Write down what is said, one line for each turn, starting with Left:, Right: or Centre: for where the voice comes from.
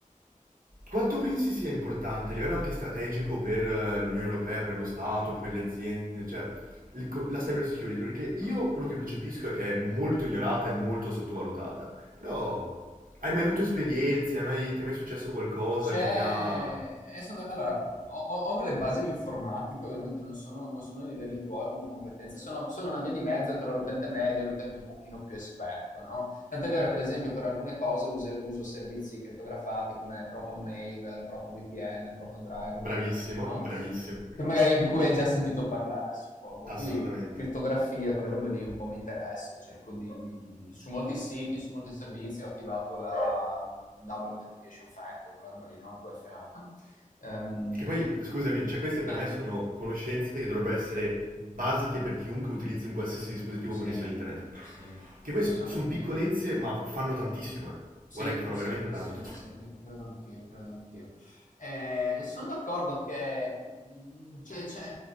Right: quanto pensi sia importante a livello anche strategico per eh, l'Unione Europea, per lo Stato, per le aziende, cioè il co- la cyber security? Perché io quello che percepisco è che è molto ignorata e molto sottovalutata, però hai mai avuto esperienze, hai mai- ti è mai successo qualcosa
Left: C'è...
Right: che ti ha...
Left: eh, sono- Allora, ho, ho- ho delle basi di informatica, ovviamente non sono, non sono ai livelli tuoi come competenze, sono, sono una via di mezzo tra l'utente medio e l'utente un pochino più esperto, no? Tant'è vero che, ad esempio, per alcune cose use- uso servizi crittografati come Proton Mail, Proton VPN, Proton Drive,
Right: Bravissimo,
Left: cose così, no?
Right: bravissimo,
Left: che magari di cui hai già sentito parlare, suppongo.
Right: assolutamente.
Left: Quindi crittografia, quelle robe lì un po' mi interessa, cerco di, di- di- di- su molti siti, su molti servizi ho attivato la mm, Double Authentication Factor, quella roba lì, no? Il 2FA. no? Ehm,
Right: Che poi, scusami, cioè queste per
Left: eh,
Right: me sono conoscenze che dovrebbero essere basiche per chiunque utilizzi un qualsiasi dispositivo
Left: sì,
Right: connesso a internet.
Left: sì,
Right: Che poi
Left: penso
Right: sono
Left: anch'io.
Right: piccolezze, ma fanno tantissimo, eh.
Left: Sì,
Right: Guarda che fanno
Left: sì,
Right: veramente tanto.
Left: sì, sì, cre- credo anch'io, credo anch'io. Eh, sono d'accordo che mm, c'è c'è-